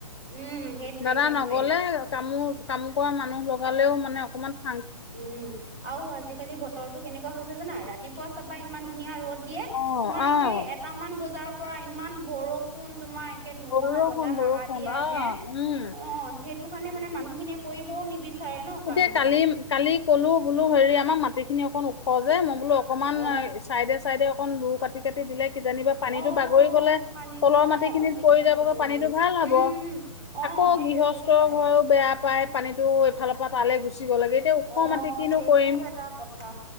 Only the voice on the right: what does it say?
উম সেইটোৱে
সেইটোৱে
উম আৰু আজিকালি বতৰটো কেনেকুৱা হৈছে জানা ৰাতিপুৱা চাবা ইমান ধুনীয়া ৰ'দ দিয়ে
তোমাৰ
সেই এটামান বজাৰৰ পৰা ইমান বৰষুণ তোমাৰ ধুমুহা
বতাহ
সাহাৰ দি আহে
অ সেইটো কাৰণে মানে মানুহ খিনিয়ে কৰিবও নিবিচাৰে। ন
কাম বিলাক
অ
অ অ
পানীত
অ
তেতিয়া
অসুবিধা
নহয়
উম উম অ
সেইটোৱে
কৰিব পাৰে
অ
সেইটোও
এটা কথা